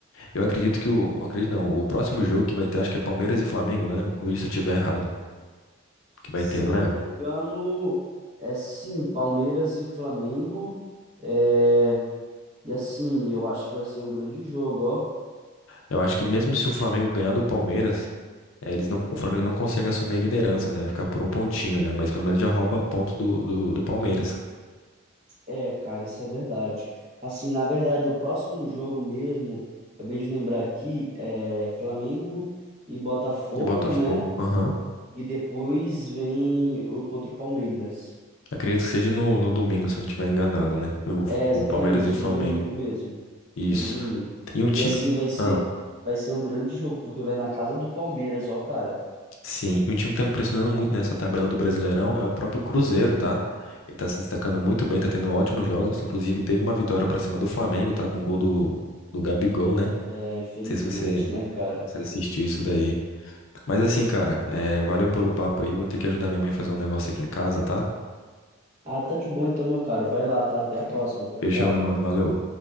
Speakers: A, on the left; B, on the right.
A: Eu acredito que o, acredito não, o próximo jogo que vai ter, acho que é Palmeiras e Flamengo, né, me corrija se eu estiver errado, que vai
B: Se
A: ter, não
B: eu não
A: é?
B: me engano, é sim, Palmeiras e Flamengo. É, e assim, eu acho que vai ser um grande jogo, ó.
A: Eu acho que mesmo se o Flamengo ganhar do Palmeiras, eh, eles não, o Flamengo não consegue assumir a liderança, né, vai ficar por um pontinho, né, mas pelo menos já rouba ponto do, do do Palmeiras.
B: É, cara, isso é verdade. Assim, na verdade, o próximo jogo mesmo, acabei de lembrar aqui, é Flamengo e Botafogo,
A: E Botafogo,
B: né?
A: aham.
B: E depois vem o contra o Palmeiras.
A: Acredito que seja no, no domingo, se eu não estiver enganado, né? O,
B: É, exatamente,
A: o Palmeiras e o Flamengo.
B: no domingo mesmo.
A: Isso.
B: É no domingo.
A: E um time.
B: E assim vai ser,
A: Ah,
B: vai ser um grande jogo, porque vai na casa do Palmeiras, ó, cara.
A: sim. E um time que tá me impressionando muito nessa tabela do Brasileirão é o próprio Cruzeiro, tá? Ele tá se destacando muito bem, tá tendo ótimos jogos. Inclusive, teve uma vitória pra cima do Flamengo, tá? Com o gol do, do Gabigol, né? Não
B: É, infelizmente,
A: sei se você,
B: né, cara?
A: você assistiu isso daí. Mas assim, cara, é, valeu pelo papo aí. Vou ter que ajudar minha mãe a fazer um negócio aqui em casa, tá?
B: Ah, tá de bom então, meu caro. Vai lá, tá? Até a próxima. Tchau,
A: Fechou,
B: tchau.
A: meu mano. Valeu.